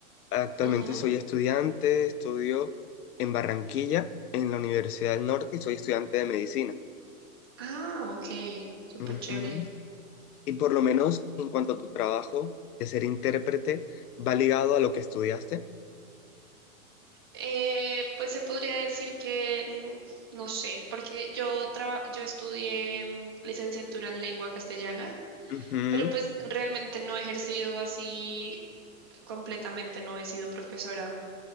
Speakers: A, on the left; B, on the right.
A: Actualmente
B: Ujú.
A: soy estudiante, estudio en Barranquilla, en la Universidad del Norte, y soy estudiante de medicina.
B: Ah, ok, súper
A: Ujú.
B: chévere.
A: Y por lo menos en cuanto a tu trabajo de ser intérprete, ¿va ligado a lo que estudiaste?
B: Eh, pues se podría decir que mm, no sé, porque yo traba- yo estudié mm, licenciatura en lengua castellana,
A: Ujú,
B: pero pues realmente no he ejercido así completamente, no he sido profesora